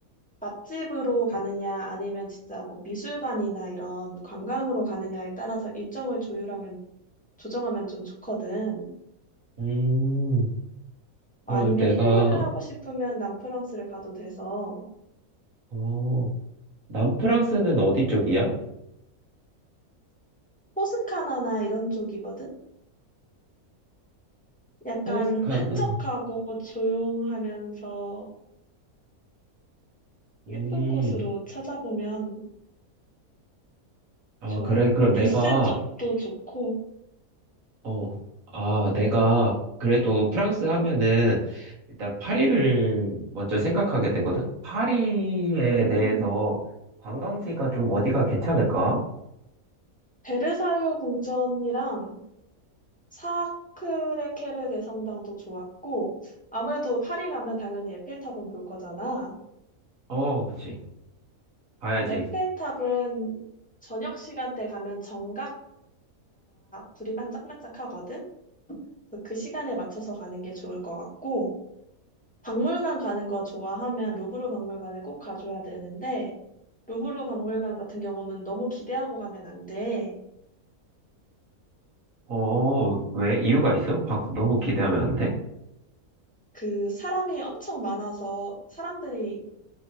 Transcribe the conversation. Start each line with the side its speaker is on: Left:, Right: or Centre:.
Centre: 맛집으로 가느냐, 아니면 진짜 뭐 미술관이나 이런 관광으로 가느냐에 따라서 일정을 조율하면, 조정하면 좀 좋거든.
Right: 음, 그럼
Centre: 아니면
Right: 내가,
Centre: 힐링을 하고 싶으면 남프랑스를 가도 돼서,
Right: 어, 남프랑스는 어디 쪽이야?
Centre: 포스카나나 이런 쪽이거든? 약간
Right: 토스카나.
Centre: 한적하고 조용하면서
Right: 음,
Centre: 예쁜 곳으로 찾아보면
Right: 아,
Centre: 좋아.
Right: 그래. 그럼 내가,
Centre: 니스 쪽도 좋고,
Right: 어, 아, 내가, 그래도 프랑스 하면은, 일단 파리를 먼저 생각하게 되거든. 파리에
Centre: 음,
Right: 대해서 관광지가 좀 어디가 괜찮을까?
Centre: 베르사유 궁전이랑 사크레케르 대성당도 좋았고, 아무래도 파리 가면 당연히 에펠탑은 볼 거잖아.
Right: 어, 그치. 봐야지.
Centre: 에펠탑은 저녁 시간대 가면 정각마다 불이 반짝반짝하거든? 그래서 그 시간에 맞춰서 가는 게 좋을 것 같고, 박물관 가는 거 좋아하면 루브르 박물관을 꼭 가줘야 되는데, 루브르 박물관 같은 경우는 너무 기대하고 가면 안 돼.
Right: 어, 왜? 이유가 있어? 바- 너무 기대하면 안 돼?
Centre: 그 사람이 엄청 많아서 사람들이